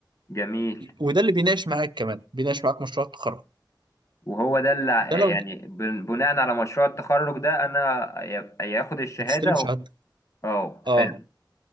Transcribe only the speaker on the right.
وده اللي بيناقش معاك كمان بيناقش معاك مشروع التخرج
ده لو
هتستلم شهادتك
اه